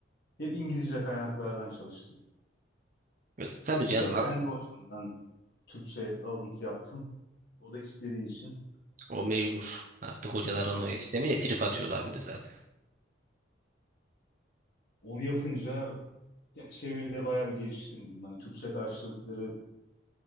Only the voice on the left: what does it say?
hep İngilizce kaynaklardan çalıştım.
Hani
bir tek
kendi hocamdan Türkçe alıntı yaptım. O da istediği için.
Aynen.
aldı.
Onu yapınca ya çeviride bayağı bir geliştim diyeyim. Hani Türkçe karşılıkları